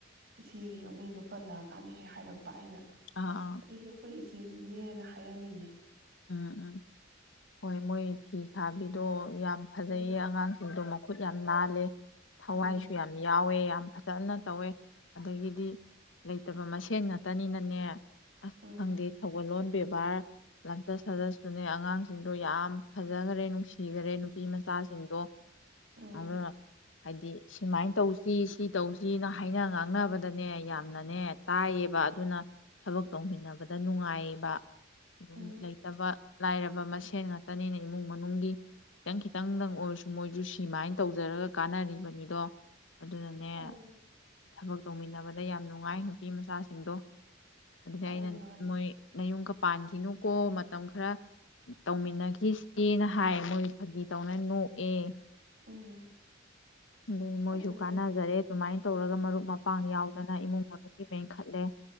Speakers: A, on the right; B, on the left.
A: ꯏꯆꯦꯒꯤ ꯃꯃꯤꯡꯗꯣ ꯄꯜꯂꯛꯑꯀꯥꯟꯗ ꯍꯦꯛ ꯍꯥꯏꯔꯛꯄ ꯑꯩꯅ
B: ꯑꯥ
A: ꯑꯁ
B: ꯑꯥ
A: ꯑꯗꯨꯗꯤ ꯑꯩꯈꯣꯏ <unintelligible> ꯏꯅꯦꯅ ꯍꯥꯏꯔꯝꯃꯤꯅꯦ꯫
B: ꯎꯝ ꯎꯝ ꯍꯣꯏ ꯃꯣꯏ ꯐꯤ ꯁꯥꯕꯤꯗꯣ꯫ ꯌꯥꯝ ꯐꯖꯩꯌꯦ
A: ꯎꯝ
B: ꯑꯉꯥꯡꯁꯤꯡꯗꯣ ꯈꯨꯠ ꯌꯥꯝ ꯅꯥꯜꯂꯦ꯫ ꯊꯋꯥꯏꯁꯨ
A: ꯎꯝ
B: ꯌꯥꯝ ꯌꯥꯎꯋꯦ ꯌꯥꯝ ꯐꯖꯅ ꯇꯧꯋꯦ ꯑꯗꯒꯤꯗꯤ ꯂꯩꯇꯕ ꯃꯁꯦꯟ ꯉꯥꯛꯇꯅꯤꯅꯅꯦ꯫
A: ꯎꯝ
B: ꯈꯪꯗꯦ ꯊꯧꯒꯜꯂꯣꯟ ꯕꯦ <unintelligible> ꯂꯝꯆꯠ ꯁꯥꯖꯠꯁꯨꯅꯦ ꯑꯉꯥꯡꯁꯤꯡꯗꯣ ꯌꯥꯝ ꯐꯖꯒ꯭ꯔꯦ ꯅꯨꯡꯁꯤ ꯊꯤꯗꯔꯦ ꯅꯨꯄꯤ ꯃꯆꯥꯁꯤꯡꯗꯣ
A: ꯎꯝ
B: <unintelligible> ꯍꯥꯏꯗꯤ꯫ ꯁꯨꯃꯥꯏꯅ ꯇꯧꯁꯤ ꯁꯤ ꯇꯧꯁꯤꯅ ꯍꯥꯏꯅ ꯉꯥꯡꯅꯕꯗꯅꯦ ꯌꯥꯝꯅꯅꯦ ꯇꯥꯏꯌꯦꯕ ꯑꯗꯨꯅ ꯊꯕꯛ ꯇꯧꯃꯤꯟꯅꯕꯗ ꯅꯨꯡꯉꯥꯏꯌꯦꯕ꯫ ꯑꯗꯨꯝ
A: ꯎꯝ
B: ꯂꯩꯇꯕ ꯂꯥꯏꯔꯕ ꯃꯁꯦꯟ ꯉꯥꯛꯇꯅꯤꯅ ꯏꯃꯨꯡ ꯃꯅꯨꯡꯒꯤ ꯈꯤꯇꯪ ꯈꯤꯇꯪꯗꯪ ꯑꯣꯏꯔꯁꯨ ꯃꯣꯏꯁꯨ ꯁꯤꯃꯥꯏꯅ ꯇꯧꯖꯔꯒ ꯀꯥꯟꯅꯔꯤꯕꯅꯤꯗꯣ꯫ ꯑꯗꯨꯅꯅꯦ꯫
A: ꯑꯧ
B: ꯊꯕꯛ ꯇꯧꯃꯤꯟꯅꯕꯗ ꯌꯥꯝ ꯅꯨꯡꯉꯥꯏ ꯅꯨꯄꯤ ꯃꯆꯥꯁꯤꯡꯗꯣ꯫ ꯑꯗꯨꯅꯦ
A: ꯑꯧ
B: ꯑꯩꯅ
A: ꯃꯥꯅꯤ
B: ꯃꯣꯏ ꯅꯌꯨꯝꯒ ꯄꯥꯟ <unintelligible> ꯑꯣ ꯃꯇꯝ ꯈꯔ ꯇꯧꯃꯤꯟꯅꯈꯤꯁꯤꯅ ꯍꯥꯏ ꯃꯣꯏ ꯐꯒꯤ ꯇꯧꯅ ꯅꯣꯛꯑꯦ꯫
A: ꯎꯝ꯫
B: ꯑꯗꯨ ꯃꯣꯏꯁꯨ
A: ꯑꯗꯨꯅꯦ
B: ꯀꯥꯟꯅꯖꯔꯦ ꯑꯗꯨꯃꯥꯏꯅ ꯇꯧꯔꯒ ꯃꯔꯨꯞ ꯃꯄꯥꯡ ꯌꯥꯎꯗꯅ ꯏꯃꯨꯡ ꯃꯅꯨꯡ ꯃꯦꯟꯈꯠꯂꯦ